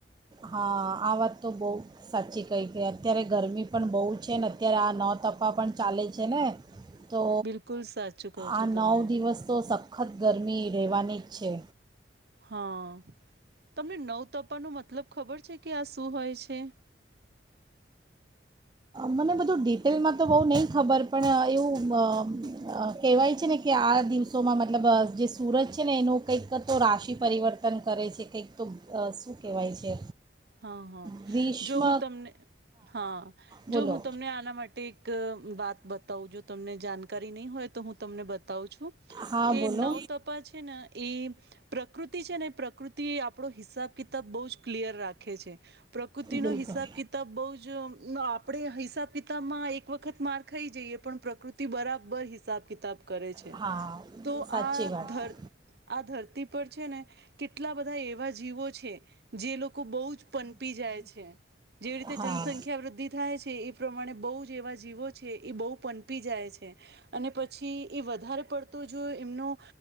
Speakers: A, on the right; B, on the right.
A: હા આ વાત તો બહુ સાચી કહી કે અત્યારે ગરમી પણ બહુ છે ને અત્યારે આ નતફા પણ ચાલે છે ને. તો
B: બિલકુલ સાચું કહો
A: આ
B: છો તમે
A: નવ દિવસ તો સખત ગરમી રહેવાની. છે.
B: હા તમને નવ તપાનો મતલબ ખબર છે કે આ શું હોય છે?
A: મને બધું ડિટેલમાં તો બહુ નહીં ખબર પણ એવું કહેવાય છે ને કે આ દિવસોમાં મતલબ જે સુરજ છે, ને એનું કંઈક તો રાશિ પરિવર્તન કરે છે કંઈક તો શું કહેવાય છે.
B: હા હા
A: ગ્રીષ્મ
B: જો હું તમને હા.
A: બોલો
B: જો હું તમને આના માટે એક વાત બતાવું જો તમને જાણકારી નહીં હોય તો હું તમને બતાવું છું
A: હા
B: કે
A: બોલો
B: નવ તપા છે ને એ. પ્રકૃતિ છે ને પ્રકૃ તે આપણો હિસાબ કિતાબ બહુ જ ક્લિયર રા ખે છે પ્રકૃતિ નો
A: બિલકુલ
B: હિસાબ કિતાબ બહ જ. આપણે હિસાબ કિતાબ માં એક વખત માર ખાઈ જઈએ પણ પ્રકૃતિ બરાબર હિસાબ. કિતાબ. કરે છે
A: હા
B: તો
A: સાચી
B: આ
A: વાત
B: ધર આ ધરતી છે ને કેટલા બધા એવા જીવો છે જે લોકો બ પનપી જાય છે જેવી રીતે
A: હા
B: જનસંખ્યા વૃદ્ધિ થાય છ એ પ્રમાણે બહુ જેવા જીવો છે એ બહુ પનપી જાય છે, અને પછી એ વધારે પડતો જો એમનો